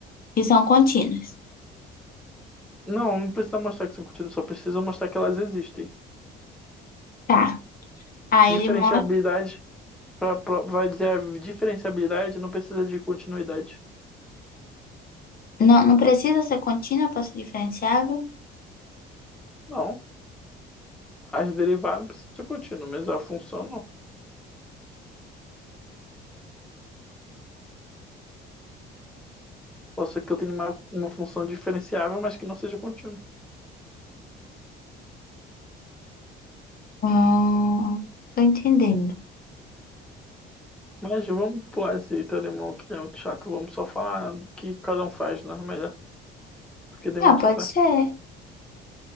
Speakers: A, on the left; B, in the centre.
A: Que são contínuas.
B: Não, não precisa mostrar que são contínuas, só precisa mostrar que elas existem.
A: Tá. Aí
B: Diferenciabilidade,
A: ele mostra.
B: pra, pro- vai dizer a diferenciabilidade não precisa de continuidade.
A: Não, não precisa ser contínua para ser diferenciável?
B: Não, as derivadas precisam ser contínuas, mas a função não. Posso ser que eu tenha uma, uma função diferenciável, mas que não seja contínua.
A: Hum, tô entendendo.
B: Mas vamos pular esse telemão que é muito chato. Vamos só falar do que cada um faz, né? Melhor do que demonstrar.
A: Ah, pode ser.